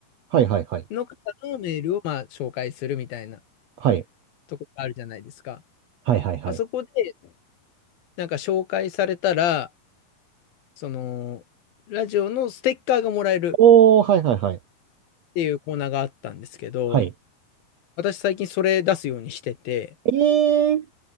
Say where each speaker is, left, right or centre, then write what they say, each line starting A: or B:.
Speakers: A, on the right; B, on the left.
A: はいはいはい。
B: ーの方のメールを、まあ、紹介するみたいな
A: はい。
B: とこがあるじゃないですか。
A: はいはいはい。
B: まあそこで、なんか紹介されたら、その、ラジオのステッカーがもらえる
A: おー、はいはいはい。
B: っていうコーナーがあったんですけど、
A: はい。
B: 私最近それ出すようにしてて、
A: えー、